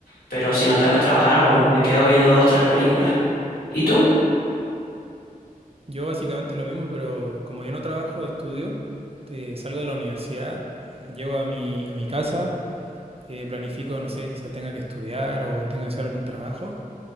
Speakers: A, on the left; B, on the right.
A: pero si no tengo que trabajar, bueno, me quedo viendo dos, tres películas. ¿Y tú?
B: Yo básicamente lo mismo, pero como yo no trabajo, estudio, eh, salgo de la universidad, llego a mi, a mi casa, eh, planifico, no sé, quizás tenga que estudiar o tenga que hacer algún trabajo.